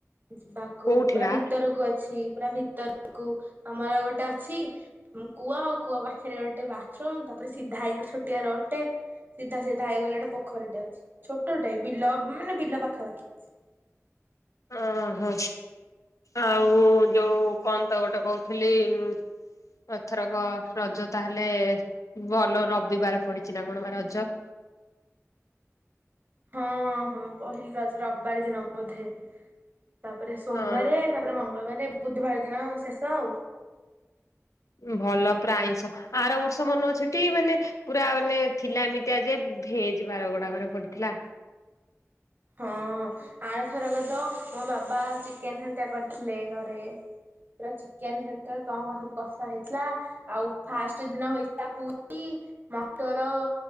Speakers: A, on the right; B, on the left.
A: ଯିବାକୁ
B: କୋଉଠି
A: ପୁରା
B: ବା?
A: ଭିତରକୁ ଅଛି। ଇ ପୁରା ଭିତରକୁ ଆମର ଗୋଟେ ଅଛି। ଆମ କୂଅ ଆଉ କୂଅ ପାଖରେ ଗୋଟେ ବାଥରୁମ୍ ତାପରେ ସିଧା ହେଇକି ଗୋଟେ ଛୋଟିଆ ରୋଡ ଟେ। ସିଧା ସିଧା ହେଇଗଲେ ଗୋଟେ ପୋଖରୀଟେ ଅଛି ଛୋଟଟେ ବିଲ ମାନେ ବିଲ ପାଖାପାଖି।
B: ଅଁହଁ ଆଉ ଯୋଉ କଣ ତ ଗୋଟେ କଉଥୁଲି ଉଁ? ଏଥରକ ରଜ ତାହେଲେ ଭଲ ରବିବାର ପଡି଼ଚି ନାଁ କଣ ବା ରଜ?
A: ହଁ ହଁ ପହିଲି ରଜ ରବାର ଦିନ ବୋଧେ ତାପରେ ସୋମବାରେ
B: ହଁ
A: ତା ପରେ ମଙ୍ଗଳବାରେ ବୁଧବାର ଦିନ ଶେଷ ଆଉ।
B: ଉଁ ଭଲ ପୁରା ଆଇଁଷ ଆର ବର୍ଷ ମନ ଅଛି ଟି ମାନେ ପୁରା ମାନେ ଥିଲା ଏମିତିଆ ଯେ ଭେଜ୍ ବାରଗୁଡ଼ାକରେ ପଡ଼ିଥିଲା।
A: ହଁ ଆରଥରକ ତ ମୋ ବାବା ଚିକେନ୍ ହେରକା କରିଥିଲେ ଘରେ। ପୁରା ଚିକେନ୍ ହେରକା କଣ କଁ କଁ ସବୁ କଷା ହେଇଥିଲା। ଆଉ ଫାଷ୍ଟେ ଦିନ ହେଇଥିଲା ପୁରୀ ମଟର